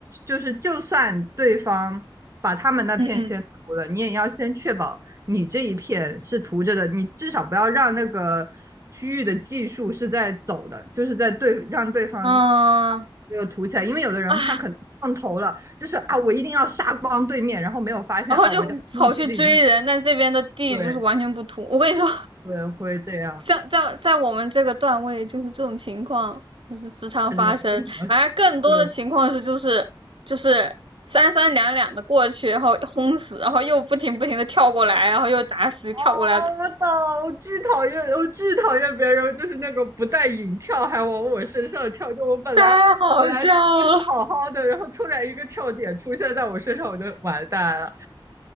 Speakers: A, on the right (about 35°); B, on the right (about 80°).
A: 就是就算对方把他们那片先涂了，
B: 嗯嗯，
A: 你也要先确保你这一片是涂着的，你至少不要让那个区域的技术是在走的，就是在对让对方。
B: 嗯
A: 这个涂起来，因为有的人他可能上头了，
B: 啊，
A: 就是啊，我一定要杀光对面，然后没有发现啊，
B: 然后就跑去追人，
A: 我家区域其实已经
B: 但这边的地就是完全不土。
A: 对
B: 我跟你说，
A: 对，会这样，
B: 像在在我们这个段位，就是这种情况就是时常发生。
A: 他就经常
B: 而更多的情况是，
A: 对。
B: 就是就是三三两两的过去，然后轰死，然后又不停不停的跳过来，然后又打死，又跳过来打死
A: 啊，我懂，我巨讨厌，我巨讨厌别人就是那个不带引跳还往我身上跳，就我本来本来蹲的好好的，
B: 太好笑了
A: 然后突然一个跳点出现在我身上，我就完蛋了。